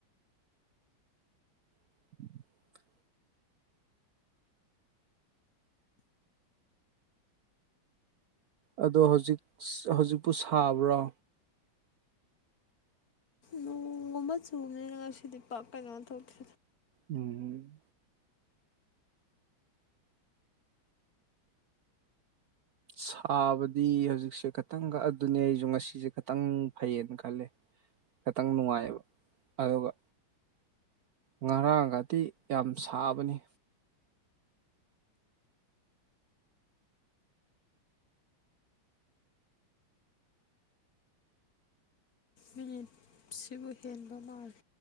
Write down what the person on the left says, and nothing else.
ꯅꯣꯡ ꯒꯨꯝꯕ ꯆꯨꯕꯅꯤꯅ ꯉꯁꯤꯗꯤ ꯄꯥꯛ ꯀꯩꯅꯣ ꯇꯧꯗꯦ
ꯎꯝ ꯁꯤꯕꯨ ꯍꯦꯟꯕ ꯃꯥꯂꯦ